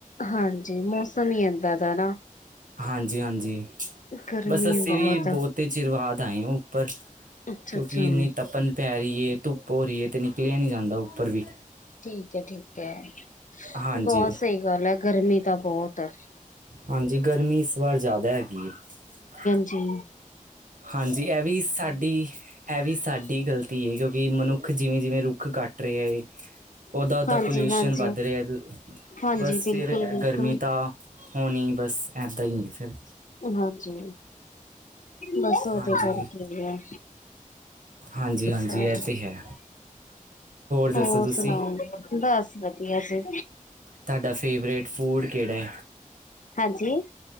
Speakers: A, on the left; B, on the right.
A: ਹਾਂਜੀ, ਮੌਸਮ ਹੀ ਇੱਦਾਂ ਦਾ ਨਾ।
B: ਹਾਂਜੀ- ਹਾਂਜੀ,
A: ਗਰਮੀ
B: ਬਸ ਅਸੀਂ
A: ਬਹੁਤ
B: ਵੀ
A: ਆ।
B: ਬਹੁਤੇ ਚਿਰ ਬਾਅਦ ਆਏ ਹਾਂ ਉੱਪਰ,
A: ਅੱਛਾ
B: ਕਿਉੰਕਿ
A: ਅੱਛਾ
B: ਇੰਨੀ ਤਪਨ ਪੈ ਰਹੀ ਏ, ਧੁੱਪ ਹੋ ਰਹੀ ਏ ਤੇ ਨਿਕਲਿਆ ਨਹੀਂ ਜਾਂਦਾ ਉੱਪਰ ਵੀ।
A: ਠੀਕ ਹੈ-ਠੀਕ ਹੈ,
B: ਹਾਂਜੀ
A: ਬਹੁਤ ਸਹੀ ਗੱਲ ਐ। ਗਰਮੀ ਤਾਂ ਬਹੁਤ ਹੈ।
B: ਹਾਂਜੀ, ਗਰਮੀ ਇਸ ਵਾਰ ਜ਼ਿਆਦਾ ਹੈਗੀ ਏ ।
A: ਜੀ
B: ਹਾਂਜੀ, ਇਹ ਵੀ ਸਾਡੀ, ਇਹ ਵੀ ਸਾਡੀ ਗ਼ਲਤੀ ਏ। ਕਿਉਂਕਿ ਮਨੁੱਖ ਜਿਵੇਂ-ਜਿਵੇਂ ਰੁੱ ਰੁੱਖ ਕੱਟ ਰਿਹਾ ਏ, ਓਦਾਂ ਓਦਾਂ
A: ਹਾਂਜੀ
B: ਪੋਲਿਊਸ਼ਨ
A: ਹਾਂਜੀ
B: ਵੱਧ ਰਿਹਾ। ਤੇ
A: ਹਾਂਜੀ
B: ਬਸ
A: ਬਿਲਕੁਲ
B: ਫਿਰ ਇਹ
A: ਬਿਲਕੁਲ
B: ਗਰਮੀ ਤਾਂ ਹੋਨੀ, ਬਸ ਏਦਾਂ ਹੀ ਏ ਫਿਰ।
A: ਹਾਂਜੀ, ਬਸ ਓਦੇ
B: ਹਾਂਜੀ
A: ਕਰਕੇ ਹੀ ਏ।
B: ਹਾਂਜੀ ਹਾਂਜੀ
A: ਸਾਰੇ
B: ਇਹ ਤੇ ਹੈ ਦੱਸੋ
A: ਹੋਰ
B: ਤੁਸੀਂ
A: ਸੁਨਾਓ, ਬਸ ਵਧੀਆ ਜੀ।
B: ਤੁਹਾਡਾ ਫੇਵਰੇਟ ਫੂਡ ਕਿਹੜਾ?
A: ਹਾਂਜੀ